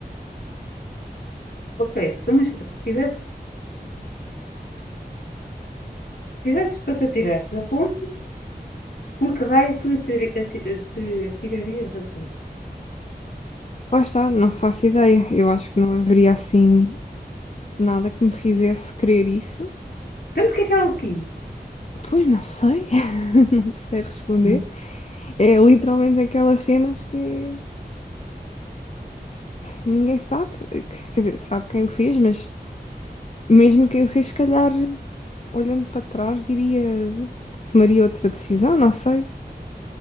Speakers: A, on the left; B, on the left.
A: Ok, então, mas se tivesses Tivesses para te atirar da ponte, por que raio tu atiri- ati- te atirarias da ponte?
B: Lá está, não faço ideia. Eu acho que não haveria assim. nada que me fizesse querer isso.
A: Então, porque é que ela aqui?
B: Pois não sei, <laughs> não sei responder.
A: <laughs>
B: É literalmente aquelas cenas que ninguém sabe, quer dizer, sabe quem o fez, mas mesmo quem o fez, se calhar, olhando para trás, diria, tomaria outra decisão, não sei.